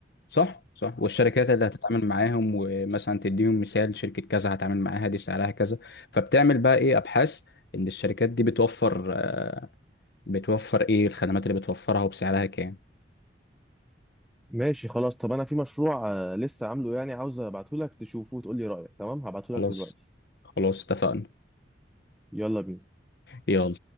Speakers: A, on the left; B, in the centre.
A: صح صح والشركات اللي هتتعامل معاهم ومثلا تديهم مثال شركة كذا هتعامل معاها دي سعرها كذا فبتعمل بقى ايه ابحاث ان الشركات دي بتوفر آه، بتوفر ايه الخدمات اللي بتوفرها وبسعرها كام
B: ماشي خلاص طب انا في مشروع آه، لسه عامله يعني عاوز ابعته لك تشوفه وتقول لي رايك تمام هبعته لك
A: خلاص
B: دلوقتي
A: خلاص اتفقنا
B: يلا بينا
A: يلا